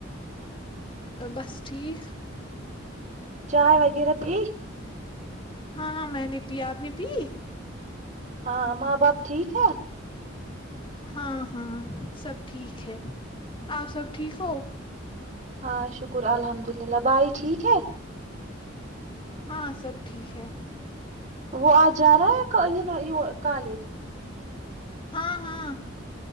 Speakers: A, on the left; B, on the right.
A: بس ٹھیک
B: چائے وغیرہ پھی
A: ہاں میں نے پ آپ نے پی
B: ہاں ماں باپ ٹھیک ہے
A: ہاں ہاں سب ٹھیک ہے آپ سب ٹھیک ہو
B: ہاں شکر الحمد للہ بھائی ٹھیک ہے
A: ہاں سب ٹھیک ہے
B: وہ آج جا رہا ہے کالج
A: ہاں ہاں